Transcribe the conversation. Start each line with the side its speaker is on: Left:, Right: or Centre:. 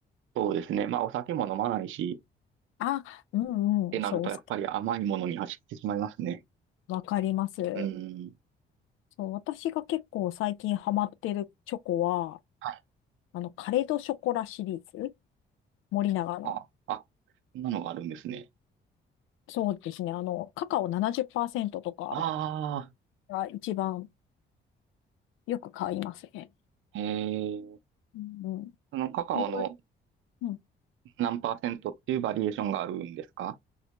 Right: そうですね。まあ、お酒も飲まないし、
Left: あ、うんうん。
Right: ってなるとやっぱり甘いものに走ってしまいますね。
Left: そう、お酒、わかります。
Right: うん。
Left: そう、私が結構最近ハマってるチョコは、
Right: はい。
Left: あの、カレ・ド・ショコラシリーズ、森永の。
Right: あ、あ、こんなのがあるんですね。
Left: そうですね。あの、カカオ70%とか
Right: あ
Left: が一番よく買いますね。
Right: あ、えー、
Left: うん、うん。
Right: そのカカオの
Left: いろいろ、うん。
Right: 何パーセントっていうバリエーションがあるんですか